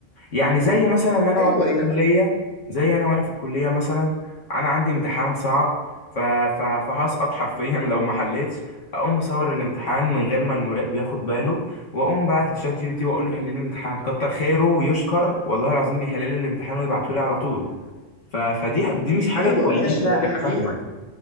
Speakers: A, on the left (about 70°); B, on the left (about 45°).
A: يعني زي مثلا انا
B: ايوه
A: وانا في
B: هي
A: الكليه زي انا وانا في الكليه مثلا انا عندي امتحان صعب ف... ف... فهسقط حرفيا لو ما حلتش اقوم مصور الامتحان من غير ما المراقب ياخد باله واقوم باعت لشات جي بي تي واقول له حل لي الامتحان كتر خيره ويشكر والله العظيم بيحل لي الامتحان ويبعته لي على طول ف... فدي دي مش حاجه
B: ايوه
A: كويسه
B: ماشي هو
A: انا
B: دي حقيقه
A: فاهمك